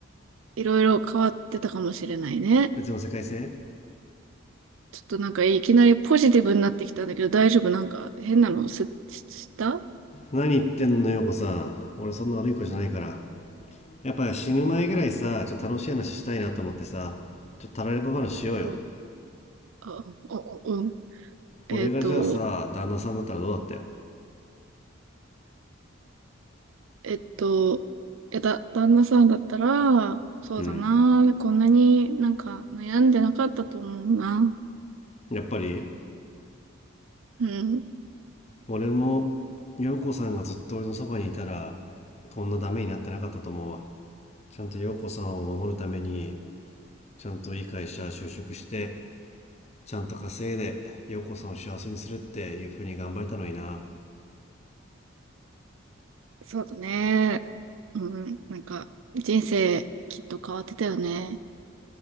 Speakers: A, on the right; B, on the left.
A: いろいろ変わってたかもしれないね。
B: 別の世界線
A: ちょっとなんかいきなりポジティブになってきたんだけど大丈夫なんか変なのす、しした、
B: 何言ってんの陽子さん俺そんな悪い子じゃないからやっぱ死ぬ前ぐらいさちょっと楽しい話したいなと思ってさちょっとたられば話しようよ
A: うあ、お、おうん。えっと、
B: 俺がじゃあさ旦那さんだったらどうだったよ
A: えっと、いやだ、旦那さんだったら、そうだな、
B: うん
A: こんなになんか悩んでなかったと思うな。
B: やっぱり
A: うん、
B: 俺も陽子さんがずっと俺のそばにいたらこんなダメになってなかったと思うわちゃんと陽子さんを守るためにちゃんといい会社就職してちゃんと稼いで陽子さんを幸せにするっていう風に頑張れたのにな
A: そうだね。うん、なんか人生きっと変わってたよね。